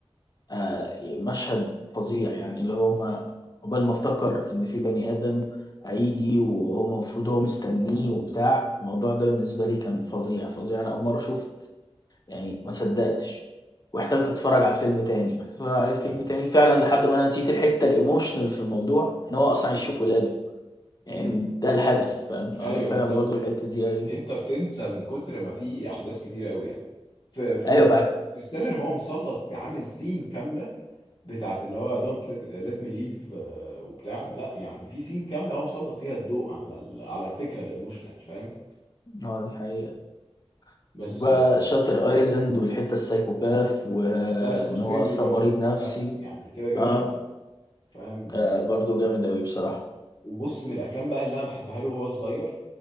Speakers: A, on the left; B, on the left.
A: آه، مشهد فظيع يعني اللي هو ما قبل ما افتكر ان في بني ادم هيجي وهو المفروض هو مستنيه وبتاع الموضوع ده بالنسبه لي كان فظيع فظيع انا اول مره شفت يعني ما صدقتش واحتجت اتفرج على الفيلم تاني اتفرج على الفيلم
B: بص
A: تاني فعلا
B: في
A: لحد ما انا نسيت الحته الايموشنال في الموضوع ان هو اصلا يشوف ولاده يعني
B: امم
A: ده الهدف فاهم انا
B: ايوه
A: فعلا
B: بالظبط
A: برضو الحته دي ايوه
B: انت بتنسى من كتر ما في احداث كتير قوي يعني في في
A: ايوه بقى
B: انترستيلر هو مسلط عامل سين كامله بتاعت اللي هو دونت ليت مي ليف وبتاع لا يعني في سين كامله هو مسلط فيها الضوء على ال- على الفكره الايموشنال فاهم
A: اه دي حقيقه
B: بس
A: وبقى
B: يعني
A: شاتر ايلاند والحته السايكوباث وان
B: ده سكورسيزي
A: هو اصلا
B: برضو
A: مريض نفسي
B: فاهم يعني كده كده
A: اه
B: شفته فاهم
A: ده برضه جامد أوي بصراحة
B: وبص من الافلام بقى اللي انا بحبها له وهو صغير